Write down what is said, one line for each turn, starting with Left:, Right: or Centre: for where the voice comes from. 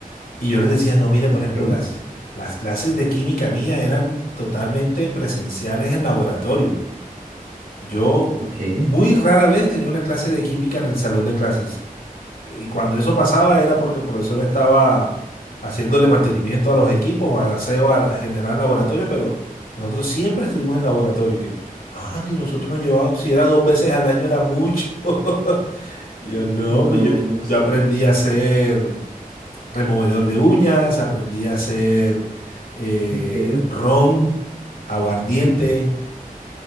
Left: Y yo les decía, no, mire,
Right: ¿De
Left: por ejemplo,
Right: acuerdo?
Left: las, las clases de química mía eran totalmente presenciales en laboratorio. Yo
Right: Ok,
Left: muy rara vez tenía una clase de química en el salón de clases. Y cuando eso pasaba era porque el profesor estaba haciéndole mantenimiento a los equipos, o aseo a general laboratorio, pero nosotros siempre estuvimos en laboratorio. Y que, "Ah, Andy, nosotros nos llevaban, si era dos veces al año era mucho. <laughs> Y Yo no,
Right: no,
Left: hombre, yo,
Right: no sé.
Left: yo aprendí a hacer removedor de uñas, aprendí a hacer eh,
Right: ok.
Left: ron, aguardiente